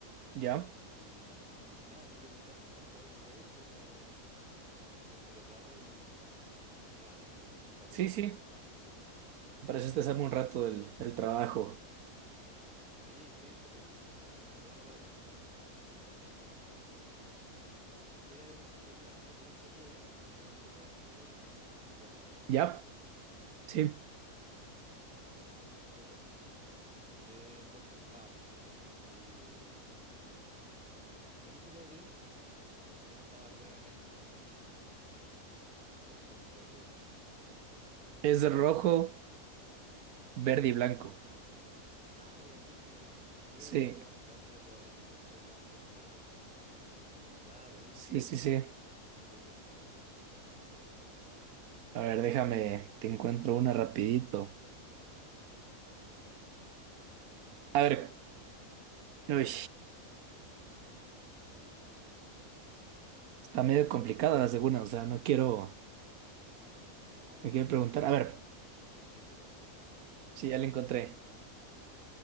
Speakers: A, on the right; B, in the centre.
A: ¿Ya?
B: Y, y nada, te quería preguntar si quieres jugar un juego. Podemos pasar un poco el rato y, y nada, hacemos un, un par
A: Sí,
B: de preguntas
A: sí.
B: de un quiz.
A: Pareciste salirme un rato del, del trabajo.
B: Sí, sí, súper. Mira, te, lo te lo mando por acá. Si quieres, si quieres, mira, comienzo yo y ya después le das tú y, y así vamos una y una.
A: ¿Ya? Sí.
B: Súper. Eh, entonces vamos. Eh, ¿de qué colores es la bandera de México? Entonces, pues es...
A: Es de rojo, verde y blanco.
B: Ah, buenísimo, no, ni, ni siquiera
A: Sí,
B: me dejaste darte lo- las opciones. <laughs> Ya, buenísimo,
A: sí, sí,
B: súper
A: sí.
B: bien, súper.
A: A ver, déjame, te encuentro una rapidito. A ver, uy, está medio complicada la segunda, o sea, no quiero,
B: No, bueno,
A: no quiero
B: sí,
A: preguntar.
B: sí
A: A
B: es,
A: ver,
B: sí es difícil, es difícil y ya está.
A: sí, ya la encontré.